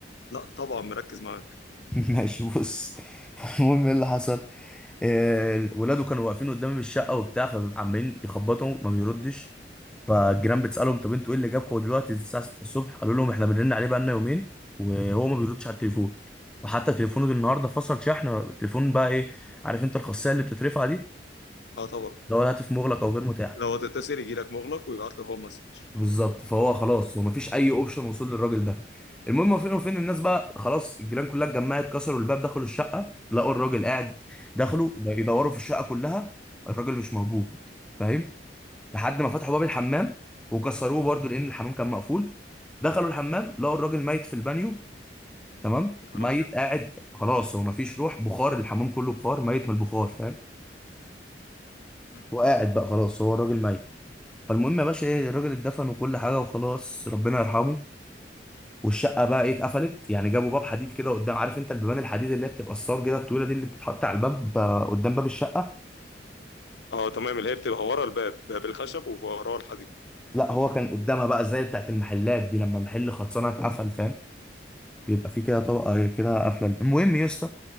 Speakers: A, on the left; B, in the centre.
A: لا طبعا مركز معاك
B: <laughs> ماشي بص <laughs> المهم ايه اللي حصل آه، ولاده كانوا واقفين قدامي بالشقه وبتاع فعمالين يخبطوا ما بيردش فالجيران بتسالهم طب انتوا ايه اللي جابكم دلوقتي الساعه 6 الصبح قالوا لهم احنا بنرن عليه بقالنا يومين وهو ما بيردش على التليفون وحتى تليفونه ده النهارده فصل شحن التليفون بقى ايه عارف انت الخاصيه اللي بتترفع دي
A: اه طبعا
B: اللي هو الهاتف مغلق او غير متاح
A: لو هتتصل يجي لك مغلق ويبعت له هو مسج
B: بالظبط فهو خلاص هو مفيش اي اوبشن وصول للراجل ده المهم فين وفين الناس بقى خلاص الجيران كلها اتجمعت كسروا الباب دخلوا الشقه لقوا الراجل قاعد دخلوا ب- يدوروا في الشقه كلها الراجل مش موجود فاهم لحد ما فتحوا باب الحمام وكسروه برضو لان الحمام كان مقفول دخلوا الحمام لقوا الراجل ميت في البانيو تمام
A: يا نهار
B: ميت
A: ابيض
B: قاعد خلاص هو مفيش روح بخار الحمام كله بخار ميت من البخار فاهم
A: أمم.
B: وقاعد بقى خلاص هو الراجل ميت فالمهم يا باشا ايه الراجل اتدفن وكل حاجه وخلاص ربنا يرحمه والشقه بقى ايه اتقفلت يعني جابوا باب حديد كده قدام عارف انت البيبان الحديد اللي هي بتبقى الصاج كده الطويله دي اللي بتتحط على الباب آه، قدام باب الشقه
A: اه تمام اللي هي بتبقى ورا الباب باب الخشب ووراه الحديد
B: لا هو كان قدامها بقى زي بتاعت المحلات دي لما محل خلصانه اتقفل فاهم بيبقى في كده طبقه كده قافله المهم يا اسطى